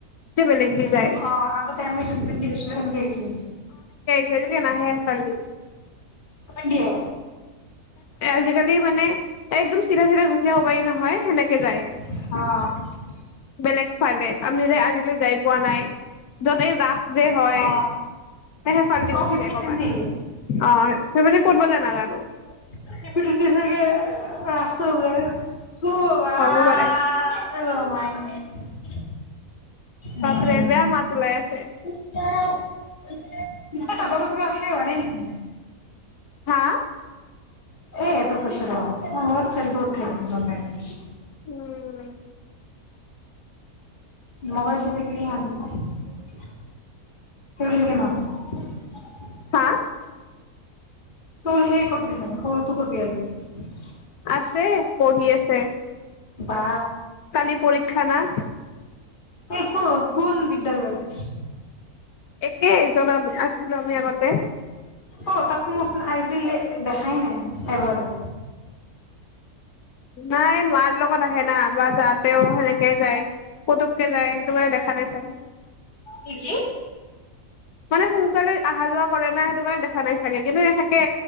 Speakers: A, on the left; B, on the left.
A: এয়া বেলেগ দি যায়
B: অ', আগতে আমি যোন পিন্ধি গৈছিলো সেনেকে আহিছিল।
A: হেইটেদি নহে হেফালেদি।
B: ডিয়া
A: আজিকালি মানে একদম চিধা চিধা গুচি আহিব পাৰি নহয় সেনেকে যায়।
B: অহ।
A: বেলেগ চালে আমি যে আজিলৈ যাই পোৱা নাই। য'তেই ৰাস যে হয়
B: অ
A: হেফালেদি
B: অ
A: গুচি
B: সিপিনেদি
A: যায় কৰ'বাত। অ', সেইবে ক'তবা যাই নাজানো।
B: নিপিদিতি চাগে ৰাস্তাৰ ত থোৱা
A: হ'ব পাৰে
B: অহ মাই উম
A: বাপৰে বেয়া মাত ওলাই আছে। <inaudible>
B: <inaudible> ত ত তত কিবা আহে নে নেকি।
A: হা?
B: এ এইটো কইচো ৰ মোৰ <unintelligible> উঠে নিজকে।
A: উ, উ।
B: মগৰ চতাক <unintelligible> <unintelligible>
A: হা
B: তৰ সেই কত লৈ যাব, সৰুটো হল বিহাৰী।
A: আছে, পঢ়ি আছে।
B: বা
A: কালি পৰীক্ষা না?
B: এই ক কোন বিদ্যালয়ত?
A: একেই জলা আছিলো আমি আগতে।
B: অ, তাকোটো মইচোন আজিলে দেখাই নাই এবাৰো।
A: নাই, মাৰ লগত আহে না। বা যাওতেও সেনেকে যায়। পোতুককে যায়। সেইটো কাৰনে দেখা নাই চাগে।
B: কি? কি?
A: মানে সোনকালে আহা-যোৱা কৰে না, সেইটো কাৰণে দেখা নাই চাগে। কিন্তু এ থাকে,